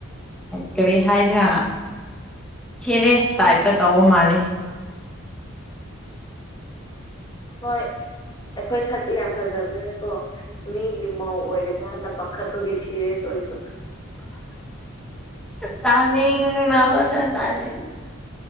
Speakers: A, in the centre; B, on the left.
A: ꯀꯔꯤ ꯍꯥꯏꯁꯤꯔ ꯁꯦꯔꯦꯁ ꯇꯥꯏꯞꯇ ꯇꯧꯕ ꯃꯥꯜꯂꯦ
B: ꯍꯣꯏ ꯑꯩꯈꯣꯏ ꯁꯛ ꯌꯥꯝ ꯐꯖꯕꯅꯤꯅꯀꯣ ꯃꯤꯒꯤ ꯃꯧ ꯑꯣꯏꯒꯗꯔꯅ ꯄꯥꯈꯠꯄꯒꯤ ꯁꯤꯔꯌꯦꯁ ꯑꯣꯏꯕ
A: ꯇꯥꯅꯤꯡꯗꯕꯗ ꯇꯥꯅꯤꯡ